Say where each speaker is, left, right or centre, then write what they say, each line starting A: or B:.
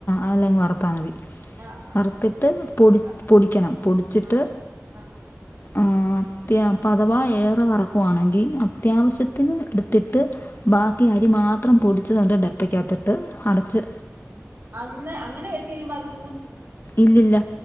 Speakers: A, on the left; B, on the right.
A: അല്ലെ വറുത്താൽ മതി
B: ആ ആ
A: വറുത്തിട്ട്
B: ആ
A: പൊടി
B: ആ
A: പൊടിക്കണം പൊടിച്ചിട്ട്
B: ആ ആ
A: ആഹ് അത്യാ അഥവാ ഏറെ വറക്കുവാണെങ്കിൽ അത്യാവശ്യത്തിന് എടുത്തിട്ട് ബാക്കി അരി മാത്രം പൊടിച്ചതു ഡപ്പയ്ക്കകത്തിട്ട് അട ച്ച്
B: അന്ന് അങ്ങനെ വെച്ച് കഴിയുമ്പോ അത് പൂ
A: ഇല്ലല്ല